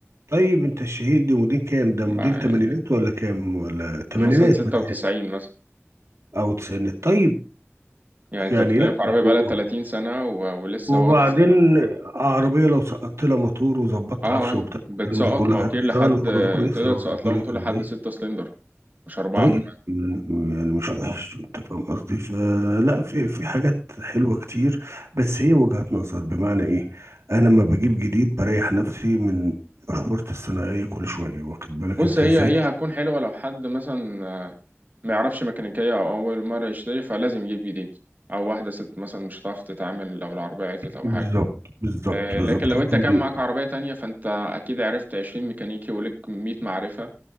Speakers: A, on the right (about 75°); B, on the right (about 35°).
A: طيب انت الشهير دي موديل كام
B: ما
A: ده موديل
B: يعني
A: تمانينات ولا كام ولا تمانينات
B: مثلا ستة
A: متهيألي
B: وتسعين مثلا
A: او تسعينات طيب
B: يعني أنت
A: يعني
B: بتتكلم
A: لا
B: في عربية
A: و-
B: بقالها تلاتين سنة و... ولسه
A: وبعدين
B: واخدة
A: عربيه لو سقطت لها موتور وظبطت
B: اه آه،
A: عفشه وبتاع
B: بتسقط
A: الكلام ده كله
B: مواتير
A: هتشتغل
B: لحد
A: وتبقى كويسه
B: تقدر
A: واخد
B: تسقط
A: بالك
B: لها موتور
A: ازاي
B: لحد ستة سلندر مش أربعة
A: طيب
B: كمان
A: م- يعني مش وحش انت فاهم قصدي فلا في في حاجات حلوه كتير بس هي وجهات نظر بمعنى ايه انا لما بجيب جديد بريح نفسي من مشورة الثانويه كل شويه واخد بالك
B: بص
A: انت
B: هي
A: ازاي
B: هي هتكون حلوة لو حد مثلا آه، ما يعرفش ميكانيكية أو أول مرة يشتري فلازم يجيب جديد أو واحدة ست مثلا مش هتعرف تتعامل لو العربية عطلت أو
A: بالظبط
B: حاجة
A: بالظبط
B: آه،
A: بالظبط
B: لكن لو
A: لكن
B: أنت كان
A: ال-
B: معاك عربية تانية فأنت أكيد عرفت عشرين ميكانيكي وليك مية معرفة